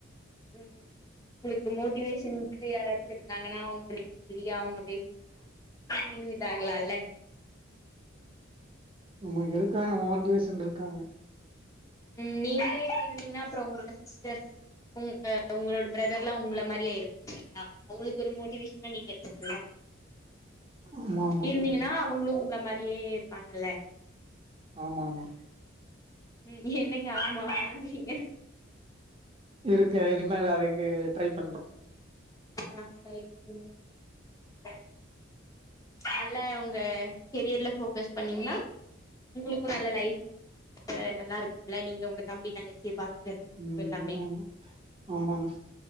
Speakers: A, on the left (about 15°); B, on the right (about 25°).
A: உம் உங்களுக்கு மோட்டிவேஷன் யாராச்சும் இருந்தாங்கன்னா அவங்களுக்கு சொல்லி அவங்க பேசினாங்கன்னா இன்னும் இது ஆகலால்ல
B: உமக்கு இருக்கா வாண்டிவே சென்ருக்காங்க
A: உம் நீங்களே இப்டி இருந்தீங்கனா அப்புறம் உங்கள சிஸ்டர் உங் அ உங்களோட பிரதர் எல்லாம் உங்கள மாதிரி ஆயிரு சா உங்களுக்கு ஒரு மோட்டிவேஷனல் நீங்க இருக்கீங்களா
B: ஆமா ஆமா
A: இருந்தீங்கன்னா அவங்களும் உங்கள மா அப்படியே இருப்பாங்கல்ல
B: ஆமா ஆமா
A: உம் என்னங்க ஆமா நீங்க
B: இருக்கு இனிமேல் அது இருக்கு ட்ரை பண்றோம்
A: ஆஹ் ட்ரை பண்றோம் அத நல்ல உங்க கெரியர்ல போக்கஸ் பண்ணீங்கன்னா உங்களுக்கும் நல்ல லைஃப் நல்லா இருக்கும்ல நீங்க உங்க தம்பி தங்கச்சிய பா
B: ம்
A: எல்லாமே
B: ஆமா ஆமாங்க